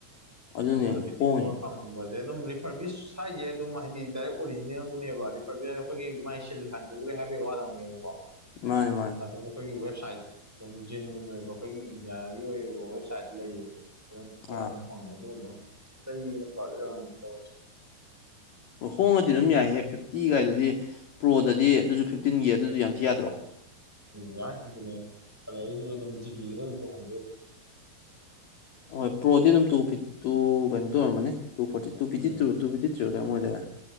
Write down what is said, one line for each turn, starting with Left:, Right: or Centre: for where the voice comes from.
Left: ꯑꯗꯨꯅꯦ
Centre: ꯑꯣꯗ ꯐꯤꯐꯇꯤ
Left: ꯍꯣꯡꯉꯤ
Centre: ꯐꯣꯔ ꯐꯪꯕꯁꯦ ꯑꯗꯨꯝ ꯐꯔꯕꯤꯁ ꯍꯥꯏꯁꯦ ꯑꯗꯨꯝ ꯍꯥꯏꯗꯤ ꯗꯥꯏꯔꯦꯛ ꯑꯣꯔꯤꯖꯤꯅꯦꯜꯗꯨꯅꯦꯕ ꯔꯤ ꯐꯔꯕꯤꯁ ꯍꯥꯏ ꯑꯩꯈꯣꯏꯒꯤ ꯃꯥꯏ ꯁꯤꯜ ꯍꯟꯗꯣꯛꯎ꯭ꯔꯦ ꯍꯥꯏꯕꯒꯤ ꯋꯥꯗ ꯕꯀꯣ
Left: ꯃꯥꯅꯦ ꯃꯥꯅꯦ
Centre: ꯑꯗꯨꯕꯨ ꯑꯩꯈꯣꯏꯒꯤ ꯋꯦꯕꯁꯥꯏꯠ ꯑꯗꯨꯝ ꯖꯦꯅꯋꯤꯟ ꯑꯣꯏꯕ ꯑꯩꯈꯣꯏꯒꯤ ꯏꯟꯗꯤꯌꯥꯒꯤ ꯑꯣꯏꯕ ꯋꯦꯕꯁꯥꯏꯠ ꯂꯩꯌꯦꯕ ꯍꯣꯡ
Left: ꯑꯥ
Centre: ꯑꯃ ꯐꯪꯉꯦ ꯑꯗꯨꯒꯨꯝꯕ ꯂꯩꯅ ꯄꯥ ꯇꯧꯔꯤꯁꯤ
Left: ꯍꯣꯡꯉꯗꯤ ꯑꯗꯨꯝ ꯌꯥꯏꯍꯦ ꯐꯤꯐꯇꯤꯒꯥꯏꯗꯨꯗꯤ ꯄ꯭ꯔꯣꯗꯗꯤ ꯑꯗꯨꯁꯨ ꯐꯤꯞꯇꯤꯟꯒꯤ ꯑꯗꯨꯗꯤ ꯌꯥꯝ ꯊꯤ ꯌꯥꯗ꯭ꯔꯣ
Centre: ꯎꯝ ꯌꯥꯔ ꯏꯟꯇꯔꯅꯦꯠ ꯑꯗ ꯑꯩꯁꯨ ꯑꯗꯨꯝ ꯖꯤ ꯄꯤꯒꯤꯗ ꯑꯗꯨꯝ ꯇꯧꯍꯟꯗꯦ
Left: ꯍꯣꯏ ꯄ꯭ꯔꯣꯗꯤꯤꯟ ꯑꯃꯝ ꯇꯨ ꯤ ꯇꯨ ꯀꯩꯅꯣ ꯇꯧꯔꯝꯃꯅꯤ ꯇꯨ ꯐꯣꯔꯇꯤ ꯇꯨ ꯐꯤꯐꯇꯤ
Centre: ꯎꯝ
Left: ꯇꯨ ꯐꯤꯇꯤ꯭ꯨꯣ ꯀꯩꯅꯝ ꯑꯣꯏꯗꯅ